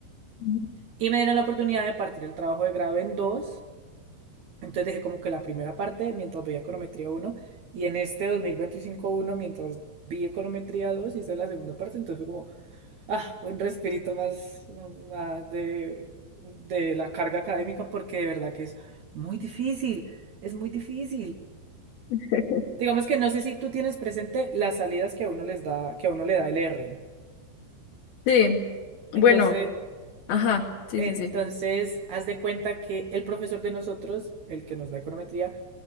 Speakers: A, on the left; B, on the right.
A: ujú.
B: Y me dieron la oportunidad de partir el trabajo de grado en dos. Entonces dejé como que la primera parte mientras veía econometría uno y en este 2025 uno mientras vi econometría 2 hice la segunda parte. Entonces fue como, ah, un respirito más, más de, de la carga académica porque de verdad que es muy difícil, es muy difícil.
A: <laughs>
B: Digamos que no sé si tú tienes presente las salidas que a uno les da, que a uno le da el R.
A: Sí, bueno,
B: Entonces,
A: ajá, sí,
B: entonces,
A: sí, sí.
B: haz de cuenta que el profesor de nosotros, el que nos da econometría,